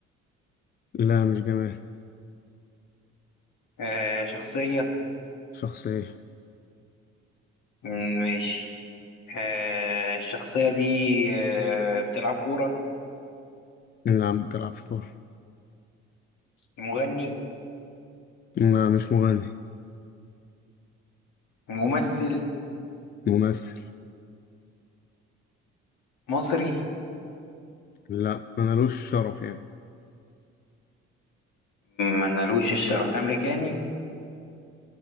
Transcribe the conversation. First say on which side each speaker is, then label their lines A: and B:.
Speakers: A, on the left (about 30°); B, on the left (about 60°).
A: لا مش جمال
B: آه شخصية
A: شخص ايه؟
B: ماشي آه الشخصية دي آه بتلعب كورة
A: لا ما بتلعبش كورة
B: مغني
A: لا مش مغني
B: ممثل
A: ممثل
B: مصري
A: لا ملوش شرف يعني
B: ملوش الشرف أمريكاني